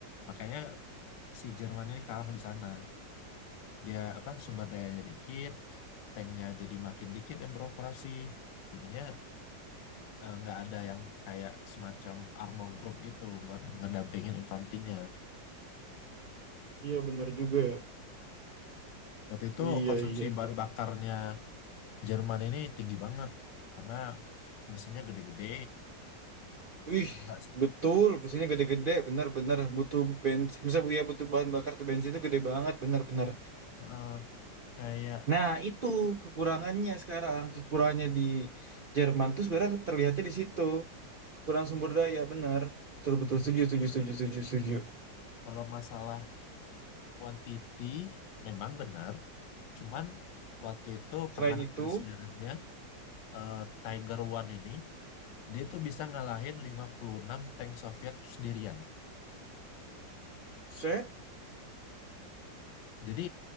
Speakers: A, on the left; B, on the right.
A: makanya si Jerman ini kalah di sana dia apa sumber dayanya dikit tanknya jadi makin dikit yang beroperasi jadinya eh, nggak ada yang kayak semacam armor group gitu buat ngedampingin infanterinya
B: Iya benar juga ya.
A: waktu itu
B: Iya,
A: konsumsi
B: iya.
A: bahan bakarnya Jerman ini tinggi banget karena mesinnya gede-gede
B: Wih,
A: kalau nggak se-
B: betul. Mesinnya gede-gede, benar-benar butuh bensin. Misalnya ya butuh bahan bakar tuh bensin itu gede banget, benar-benar.
A: eh, kayak
B: Nah, itu kekurangannya sekarang. Kekurangannya di Jerman tuh sebenarnya terlihatnya di situ. Kekurangan sumber daya, benar. Betul-betul
A: Hmm,
B: setuju, setuju, setuju, setuju, setuju.
A: Kalau masalah quantity memang benar, cuman waktu itu
B: Selain
A: pernah
B: itu,
A: ada sejarahnya eh, Tiger One ini dia tuh bisa ngalahin 56 tank Soviet sendirian.
B: set,
A: Jadi